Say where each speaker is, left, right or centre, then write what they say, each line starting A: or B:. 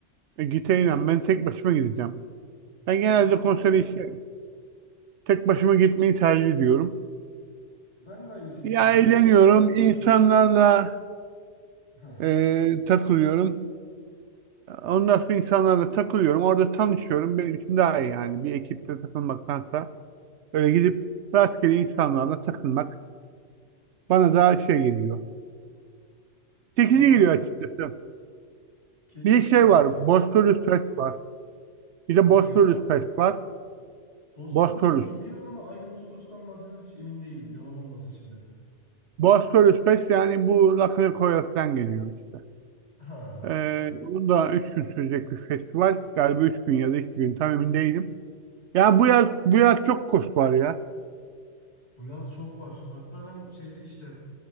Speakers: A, on the right (about 75°); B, on the left (about 35°).
A: E, gideyim ben tek başıma gideceğim. Ben genelde
B: Yo, mantıklı.
A: konsere işte tek başıma gitmeyi tercih ediyorum.
B: Ben de aynı şekilde.
A: Ya
B: Genelde
A: eğleniyorum,
B: tek giderim.
A: insanlarla
B: Heh.
A: e, takılıyorum. Ondan sonra insanlarla takılıyorum. Orada tanışıyorum. Benim için daha iyi yani. Bir ekipte takılmaktansa öyle gidip rastgele insanlarla takılmak bana daha şey geliyor. Çekici
B: Valla
A: geliyor açıkçası.
B: kesinlikle
A: Bir de şey
B: abi
A: var.
B: ya.
A: Bosphorus Fest var. Bir de
B: Neyi
A: Bosphorus
B: var?
A: Fest var.
B: Bosporus'u
A: Bosphorus.
B: biliyorum ama aynı Bosporus'tan bahsediyoruz hiç emin değilim. Yalan olmasın şimdi.
A: Bosphorus Fest yani bu Lakanikoya falan geliyor işte.
B: Ha.
A: Ee, bu da üç gün sürecek bir festival. Galiba üç gün ya da iki gün tam emin değilim. Ya bu yaz, bu yaz çok kurs var ya.
B: Bu yaz çok var. Hatta ben şeyde işte